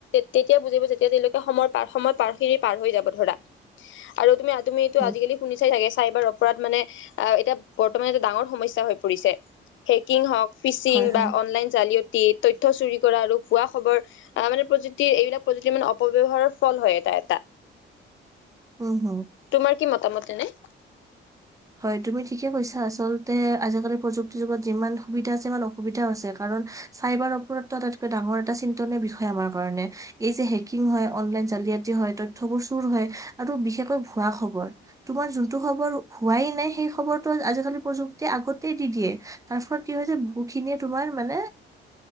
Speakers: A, on the left; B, on the right.
A: তেতিয়া বুজিব তেতিয়া তেওঁলোকে সময়ৰ পাৰ সময় পাৰ কৰি পাৰ হৈ যাব ধৰা আৰু তুমি- তুমি এইটো
B: উম
A: আজিকালি এইটো শুনিছাই চাগে চাইবাৰ অপ অপৰাধ মানে অ এতিয়া বৰ্তমান এটা ডাঙৰ সমস্যা হৈ পৰিছে হেকিং হওঁক ফিচিং
B: হয়
A: বা
B: হয়
A: অনলাইন জালিয় তি তথ্য চুৰি কৰা আৰু ভুৱা খবৰ আহ মানে প্ৰযুক্তিৰ এইবিলাক প্ৰযুক্তিৰ মানে অপব্যৱহাৰৰ ফল হয় এটা। এটা
B: উম হম
A: তোমাৰ কি মতামত এনে?
B: হয়, তুমি ঠিকে কৈছা। আচলতে আজিকালি প্ৰযুক্তিৰ যুগত যিমান সুবিধা আছে ইমান অসুবিধাও আছে কাৰণ চাইবাৰ অপৰাধটো এটা ডাঙৰ এটা চিন্তনীয় বিষয় আমাৰ কাৰণে, এইযে হেকিং হয় অনলাইন জালিয়াতি হয় তথ্যবোৰ চোৰ হয় আৰু, বিশেষকৈ ভুৱা খবৰ তোমাৰ যোনটো খবৰ হোৱাই নাই সেই খবৰটো আজিকালি প্ৰযুক্তিয়ে আগতেই দি দিয়ে, তাৰ ফলত কি হৈছে বহুখিনিয়ে তোমাৰ মানে